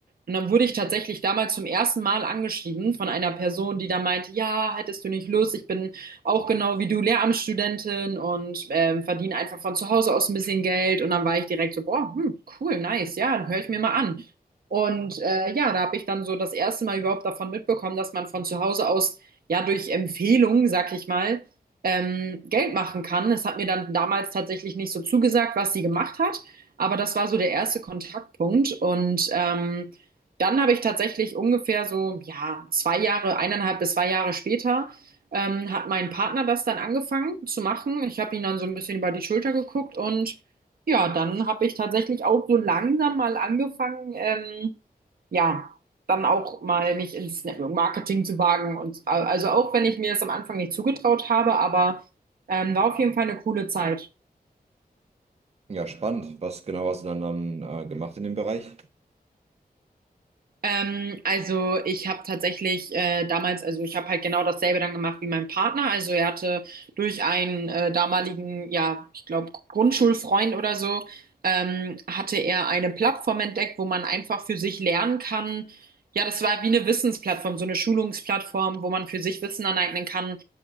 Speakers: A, on the right; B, on the right.
A: Und dann wurde ich tatsächlich damals zum ersten Mal angeschrieben von einer Person, die da meinte, ja, hättest du nicht Lust, ich bin auch genau wie du Lehramtsstudentin und ähm, verdiene einfach von zu Hause aus ein bisschen Geld. Und dann war ich direkt so, boah, hm, cool, nice, ja, dann höre ich mir mal an. Und äh, ja, da habe ich dann so das erste Mal überhaupt davon mitbekommen, dass man von zu Hause aus, ja, durch Empfehlungen, sag ich mal, ähm, Geld machen kann. Es hat mir dann damals tatsächlich nicht so zugesagt, was sie gemacht hat. Aber das war so der erste Kontaktpunkt. Und ähm, dann habe ich tatsächlich ungefähr so, ja, zwei Jahre, eineinhalb bis zwei Jahre später, ähm, hat mein Partner das dann angefangen zu machen. Ich habe ihn dann so ein bisschen über die Schulter geguckt und ja, dann habe ich tatsächlich auch so langsam mal angefangen, ähm, ja, dann auch mal mich ins Network Marketing zu wagen. Und also auch wenn ich mir das am Anfang nicht zugetraut habe, aber ähm, war auf jeden Fall eine coole Zeit.
B: Ja, spannend. Was genau hast du dann, dann äh, gemacht in dem Bereich?
A: Ähm, also ich habe tatsächlich äh, damals, also ich habe halt genau dasselbe dann gemacht wie mein Partner. Also er hatte durch einen äh, damaligen, ja, ich glaube, Grundschulfreund oder so, ähm, hatte er eine Plattform entdeckt, wo man einfach für sich lernen kann. Ja, das war wie eine Wissensplattform, so eine Schulungsplattform, wo man für sich Wissen aneignen kann